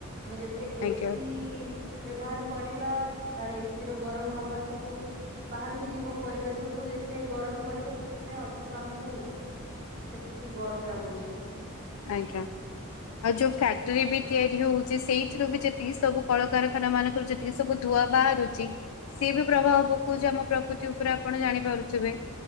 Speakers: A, on the right; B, on the left.
A: ଆମେ ଯେତେ ଏସି
B: ଆଜ୍ଞା
A: ବ୍ୟବହାର କରିବା ତାର ଏସି ର ଗରମ ହବା ସବୁ ବାହାରକୁ ଯିବ ପରିବେଶକୁୁ ଯେତେ ଗରମ କରିବ ସେଥିପାଇଁ ଅଧିକ ଆମକୁ ସେତିକି ଗରମ ଲାଗୁଛି
B: ଆଜ୍ଞା ଆଉ ଯୋଉ ଫ୍ୟାକ୍ଟରି ବି ତିଆରି ହଉଛି ସେଇଥିରୁ ବି ଯେତିକି ସବୁ କଳକାରଖାନା ମାନଙ୍କରୁ ଯେତିକି ସବୁ ଧୂୁଆ ବାହାରୁଛି ସି ବି ପ୍ରଭାବ ପକଉଛି ଆମ ପ୍ରକୃତି ଉପରେ ଆପଣ ଜାଣିପାରୁଥିବେ